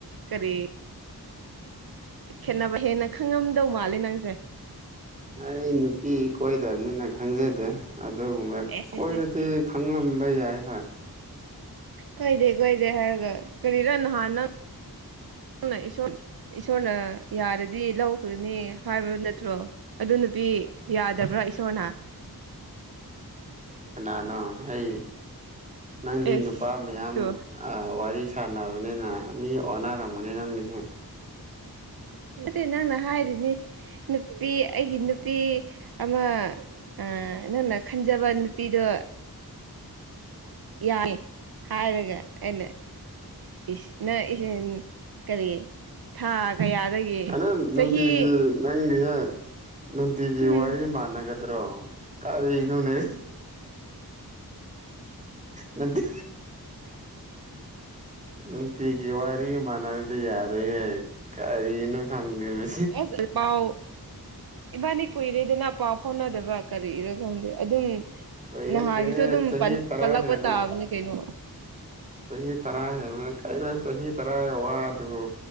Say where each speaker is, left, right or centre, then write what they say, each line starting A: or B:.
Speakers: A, on the right (about 70°); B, on the right (about 20°).
A: ꯀꯔꯤ ꯈꯦꯠꯅꯕ ꯍꯦꯟꯅ ꯈꯪꯉꯝꯗꯧ ꯃꯥꯜꯂꯤ ꯅꯪꯁꯦ
B: ꯑꯩ ꯅꯨꯄꯤ ꯀꯣꯏꯗꯕꯅꯤꯅ ꯈꯪꯖꯗꯦ ꯑꯗꯨꯒꯨꯝꯕ
A: ꯑꯦꯁ
B: ꯀꯣꯏꯔꯗꯤ
A: ꯑꯦꯁ ꯑꯦꯁ
B: ꯈꯪꯂꯝꯕ ꯌꯥꯏ ꯍꯣꯏ
A: ꯀꯥꯏꯗꯦ ꯀꯥꯏꯗꯦ ꯍꯥꯏꯔꯒ ꯀꯔꯤꯔ ꯅꯍꯥꯟ ꯅꯪ <unintelligible> ꯏꯁꯣꯏ ꯏꯁꯣꯔꯅ ꯌꯥꯔꯗꯤ ꯂꯧꯈ꯭ꯔꯅꯤ ꯍꯥꯏꯕ ꯅꯠꯇ꯭ꯔꯣ ꯑꯗꯨ ꯅꯨꯄꯤ ꯌꯥꯗꯕ꯭ꯔꯥ ꯏꯁꯣꯔꯅ
B: <unintelligible> ꯀꯅꯥꯅꯣ ꯑꯩ ꯅꯪꯗꯤ
A: ꯑꯦꯁ
B: ꯅꯨꯄꯥ ꯃꯌꯥꯝ
A: ꯇꯨ
B: ꯑꯥ ꯋꯥꯔꯤ ꯁꯥꯟꯅꯕꯅꯤꯅ ꯃꯤ ꯑꯣꯟꯅꯔꯝꯒꯅꯤ ꯅꯪꯒꯤꯁꯤ
A: ꯅꯠꯇꯦ ꯅꯪꯅ ꯍꯥꯏꯔꯤꯅꯤ ꯅꯨꯄꯤ ꯑꯩꯒꯤ ꯅꯨꯄꯤ ꯑꯃ ꯑꯥ ꯅꯪꯅ ꯈꯟꯖꯕ ꯅꯨꯄꯤꯗꯣ ꯌꯥꯏ ꯍꯥꯏꯔꯒ ꯑꯩꯅ ꯢꯁ ꯅꯥ ꯏꯁ ꯀꯔꯤ ꯊꯥ ꯀꯌꯥꯗꯒꯤ
B: ꯑꯥ ꯅꯪ
A: ꯆꯍꯤ
B: ꯅꯨꯡꯇꯤꯒꯤ ꯅꯪꯒꯤ ꯍꯦ ꯅꯨꯡꯇꯤꯒꯤ
A: ꯎꯝ
B: ꯋꯥꯔꯤ ꯃꯥꯟꯅꯒꯗ꯭ꯔꯣ ꯀꯔꯤꯅꯣꯅꯦ ꯅꯝꯊꯤ ꯅꯨꯡꯇꯤꯒꯤ ꯋꯥꯔꯤ ꯃꯥꯟꯅꯔꯗꯤ ꯌꯥꯔꯣꯏꯍꯦ ꯀꯔꯤꯅꯣ ꯈꯪꯗꯦꯃꯤ
A: ꯑꯦꯁ ꯑꯦ ꯄꯥꯎ ꯏꯕꯥꯅꯤ ꯀꯨꯏꯔꯦꯗꯅ ꯄꯥꯎ ꯐꯥꯎꯅꯗꯕ ꯀꯔꯤꯔ ꯈꯪꯗꯦ ꯑꯗꯨꯝ
B: ꯀꯨꯏꯔꯦ
A: ꯅꯍꯥꯒꯤꯁꯨ
B: ꯀꯨꯏꯔꯦ
A: ꯑꯗꯨꯝ
B: ꯆꯍꯤ
A: ꯄꯟ
B: ꯇꯔꯥ
A: ꯄꯜꯂꯛꯄ
B: ꯍꯦꯜꯂꯦ
A: ꯇꯥꯕꯅꯤ ꯀꯩꯅꯣ
B: ꯆꯍꯤ ꯇꯔꯥ ꯍꯦꯟꯅ ꯀꯩꯅꫭ ꯆꯍꯤ ꯇꯔꯥꯒꯤ ꯋꯥꯗꯨꯕꯨ